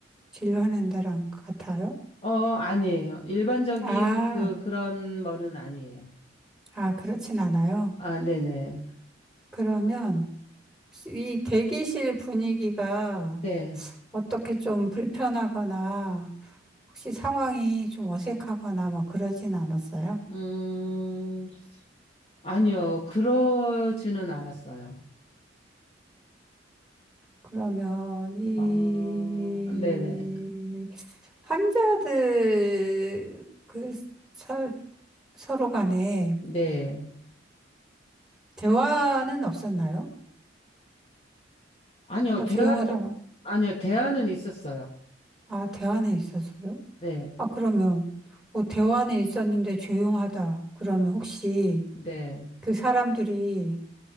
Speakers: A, in the centre; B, on the left.
A: 진료하는 데랑 같아요?
B: 어, 아니에요. 일반적인
A: 아,
B: 그, 그런 거는 아니에요.
A: 아, 그렇진 않아요.
B: 아, 네네.
A: 그러면 혹시 이 대기실 분위기가
B: 네.
A: 어떻게 좀 불편하거나 혹시 상황이 좀 어색하거나 막 그러진 않았어요?
B: 음, 아니요. 그러지는 않았어요.
A: 그러면 이
B: 어, 네네.
A: 환자들 그 서, 서로 간에
B: 네.
A: 대화는 없었나요?
B: 아니요,
A: 아까 조용하다고.
B: 대화는, 아니요, 대화는 있었어요.
A: 아, 대화는 있었어요?
B: 네.
A: 아, 그러면 뭐 대화는 있었는데 조용하다. 그러면 혹시
B: 네.
A: 그 사람들이